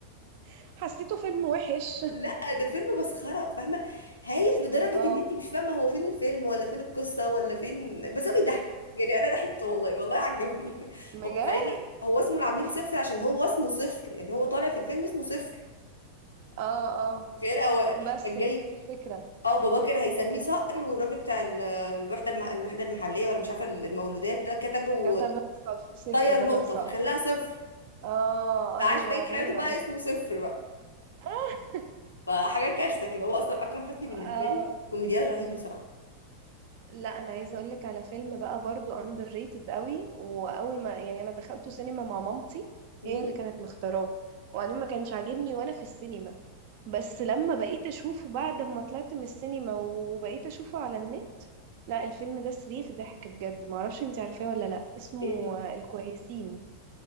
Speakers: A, on the right; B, on the left.
A: <laughs> حسيته فيلم وحش
B: لا ده فيلم مسخره فاهمه هايف
A: <laughs>
B: لدرجه
A: اه
B: ان انت مش فاهمه هو فين الفيلم ولا فين القصه ولا فين بس هو بيضحك يعني انا ضحكت والله والله عجبني <laughs>
A: بجد
B: هو تخيلي هو اسمه العميل صفر عشان هو اسمه صفر يعني هو طالع في الفيلم اسمه صفر
A: اه اه
B: غير هو
A: بس
B: كان
A: هي
B: جاي
A: دي الفكرة
B: اه بابا كان هيسميه صقر والراجل بتاع ال- الوحده المح... الوحده المحليه ولا مش عارفه المولودات ده كتب وطير
A: كتبها صف- صفر بدل
B: نقطه
A: صفر
B: فخلاها صفر
A: اه
B: فعاش
A: ايوه
B: بقيه حياته
A: ايوه
B: بقى
A: ايوه
B: اسمه صفر بقى
A: <laughs>
B: فحاجه كارثه كده هو اصلا اكرم حسني بالنسبه
A: اه
B: لي كوميديان رهيب بصراحه
A: لا انا عايزه اقول لك على فيلم بقى برضو اندر ريتد قوي واول ما يعني انا دخلته سينما مع مامتي
B: مم.
A: هي اللي كانت مختاراه وبعدين ما كانش عاجبني وانا في السينما بس لما بقيت اشوفه بعد ما طلعت من السينما وبقيت اشوفه على النت لا الفيلم ده صريخ ضحك بجد ما اعرفش انت عارفاه ولا لا اسمه
B: ايه
A: آه، الكويسين